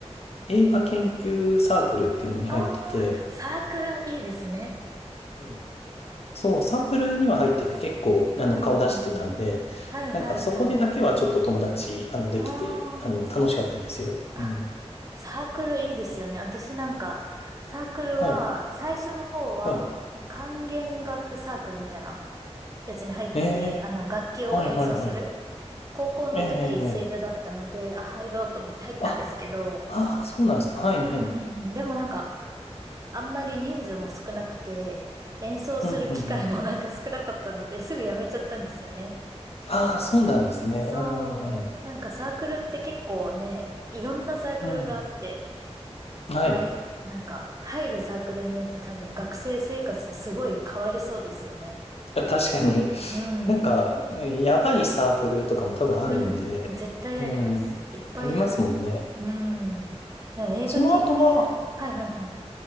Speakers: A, on the left (about 65°); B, on the right (about 30°).
A: 映画研究サークルっていうのに入ってて、
B: ああ、サークルいいですね。
A: うんそう、サークルには入ってて結構、あの、
B: うんうんうん。
A: 顔出してたんで、
B: はいはいはい。
A: なんかそこでだけはちょっと友達、あの、できて、
B: あ
A: あの、楽しかったですよ。
B: あ、
A: うん。
B: あ、サークルいいですよね。私なんか、サークルは、
A: はい。
B: 最初の方は、
A: はい。
B: 管弦楽サークルみたいなやつに入ってて、
A: ええ
B: あの、楽器を演奏する。
A: はい、はい、はい。
B: 高校の時、
A: ええええええ
B: 水部だったので、あ、入ろうと思って入ったんですけど、
A: あ、ああ、そうなんですか。はい、はい。
B: うんうんうん。でもなんか、あんまり人数も少なくて、演奏する機会もなんか少なかったので、
A: うん、うん、うん。
B: すぐ辞めちゃったんですよね。
A: ああ、そうなんですね。
B: そう。
A: うんうん
B: なんかサークルって結構ね、いろんなサークルがあって、
A: うん。うん。はい。
B: まあ、いなんか入るサークルによって多分学生生活すごい変わりそうですよね。
A: 確かに。
B: うん。
A: なんか、えーやばいサークルとかも多分あるんで、
B: うん。絶対やります。
A: うん。
B: いっぱいやる。
A: ありますもんね。
B: うん。でも映画研究、
A: その後は
B: はいはいはい。